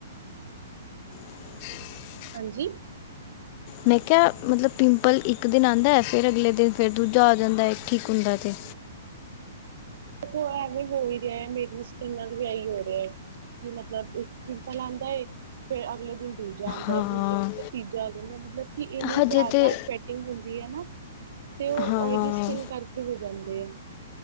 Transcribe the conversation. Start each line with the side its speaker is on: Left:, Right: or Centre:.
Left: <inaudible>
Right: ਹਾਂਜੀ।
Left: ਮੈਂ ਕਿਹਾ, ਮਤਲਬ ਪਿੰਪਲ ਇੱਕ ਦਿਨ ਆਂਦੈ ਫਿਰ ਅਗਲੇ ਦਿਨ ਫਿਰ ਦੂਜਾ ਆ ਜਾਂਦੈ ਠੀਕ ਹੁੰਦਾ ਤੇ।
Right: ਦੇਖੋ ਐਵੇਂ ਹੋ ਹੀ ਰਿਹੈ ਮੇਰੀ ਸਕਿੰਨ ਨਾਲ ਵੀ ਐਹੀ ਹੋ ਰਿਹਾ ਏ। ਕੀ ਮਤਲਬ ਇੱਕ ਪਿੰਪਲ ਆਂਦਾ ਏ, ਫੇਰ ਅਗਲੇ ਦਿਨ ਦੂਜਾ ਆਂਦਾ
Left: ਹਾਂ
Right: ਏ, ਦੂਜਾ- ਤੀਜੇ, ਤੀਜਾ ਆ ਜਾਂਦਾ ਮਤਲਬ ਕਿ ਇੰਨੀ
Left: ਹਜੇ
Right: ਜ਼ਿਆਦਾ
Left: ਤੇ
Right: ਸਵੈਟਿੰਗ ਹੁੰਦੀ ਏ ਨਾ ਤੇ ਉਹ
Left: ਹਾਂ
Right: ਓਇਲੀ ਸਕਿੰਨ ਕਰਕੇ ਹੋ ਜਾਂਦੇ ਆ।